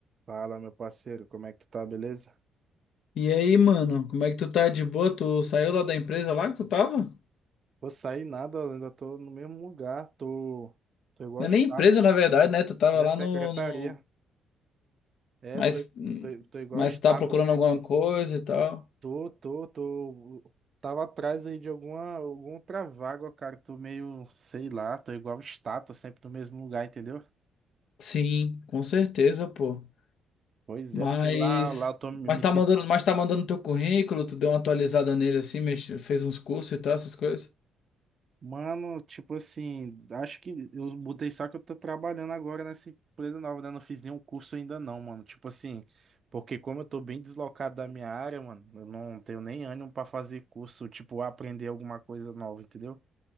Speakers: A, on the right; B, on the left.
A: Fala, meu parceiro, como é que tu tá, beleza?
B: E aí, mano, como é que tu tá de boa? Tu saiu lá da empresa lá que tu tava?
A: Vou sair nada, eu ainda tô no mesmo lugar, tô, tô igual
B: Não
A: estátua.
B: é nem empresa, na verdade, né? Tu tava
A: É,
B: lá
A: secretaria.
B: no, no...
A: É,
B: Mas,
A: tô, tô, tô igual
B: mas
A: estátua,
B: tu tá procurando
A: sempre.
B: alguma coisa e tal.
A: Tô, tô, tô. Tava atrás aí de alguma, alguma outra vaga, cara. Tô meio, sei lá, tô igual estátua, sempre no mesmo lugar, entendeu?
B: Sim, com certeza, pô.
A: Pois
B: Mas,
A: é, porque lá, lá eu tô me,
B: mas
A: me
B: tá mandando, mas tá mandando teu currículo, tu deu uma atualizada nele assim, mexe- fez uns cursos e tal, essas coisas.
A: Mano, tipo assim, acho que eu mudei só que eu tô trabalhando agora nessa empresa nova, né? Não fiz nenhum curso ainda não, mano. Tipo assim, porque como eu tô bem deslocado da minha área, mano, eu não tenho nem ânimo pra fazer curso, tipo, aprender alguma coisa nova, entendeu?